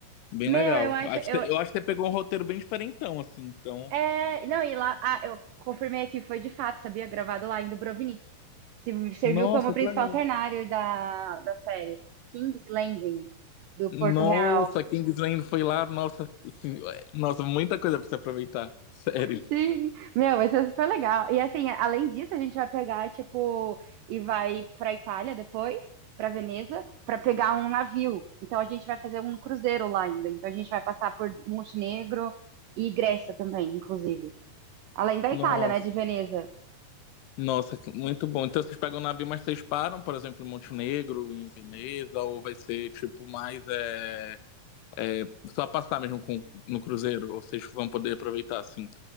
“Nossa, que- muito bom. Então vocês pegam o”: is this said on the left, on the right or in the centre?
Left